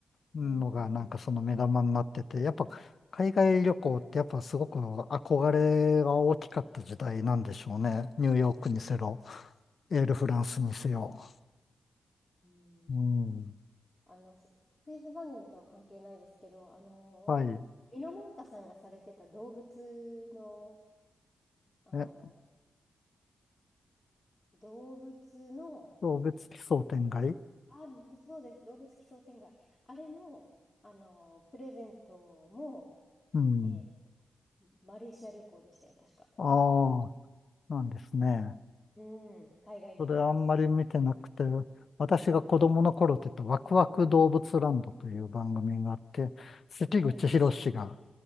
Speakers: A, on the left; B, on the left.
A: のがなんかその目玉になってて、
B: うんうん
A: やっぱ海外旅行ってやっぱすごく憧れが大きかった時代なんでしょうね。ニューヨークにせろ、エールフランスにせよ。
B: うん。
A: うん。
B: うん。あの、すクイズ番組とは関係ないですけど、あの、
A: はい。
B: ミノモンタさんがされてた動物の、あの、
A: え、
B: 動物の、
A: 送別奇想天外
B: あ、そうです、動物奇想天外。あれの、あの、プレゼントも、
A: うん。
B: えーマレーシア旅行でしたよ、確か。
A: ああ、なんですね。
B: うん、海外旅行でし
A: それあんまり見てなくて、私が子供の頃って言ったワクワク動物ランドという番組があって、関口宏が、
B: た。はい、